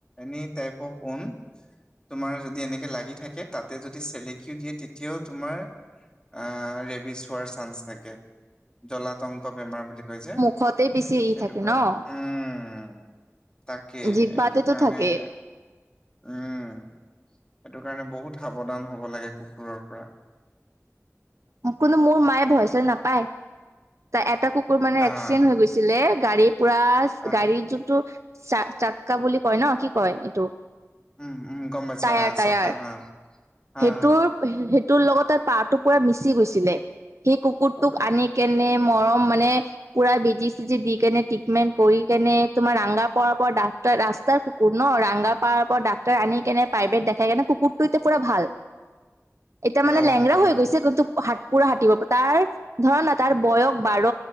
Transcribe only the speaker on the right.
খতেই বেছি- ই
থাকে
ন
জিভাতেতো
থাকে
কোনো মোৰ মায়ে ভয় চই নাপায় তা এটা কুকুৰ মানে
এক্সিডেণ্ট হৈ গৈছিলে গাড়ীৰ পুৰা
গাড়ীৰ যোনটো চাক চাক্কা বুলি কয় ন কি কয় এইটো
টায়াৰ
টায়াৰ
সেইটোৰ
সেইটোৰ লগত তাৰ পাহটো পুৰা মিচি গৈছিলে সেই কুকুৰটোক
আনি কেনে মৰম মানে পুৰা বেজি চিজি দি কেনে ট্ৰিটমেণ্ট কৰি কেনে তোমাৰ ৰাংগা পৰাৰ পৰা ডাফতাৰ ৰাস্তাৰ কুকুৰ ন ৰাংগা পাৰৰ পৰা ডাক্তৰ আনি কেনে প্ৰাইভেট দেখাই কেনে কুকুৰটো এতিয়া পুৰা ভাল এতিয়া মানে
লেংৰা হৈ গৈছে কিন্তু হাত পুৰা হাতুৰিব তাৰ ধৰা ন তাৰ বয়স বাৰ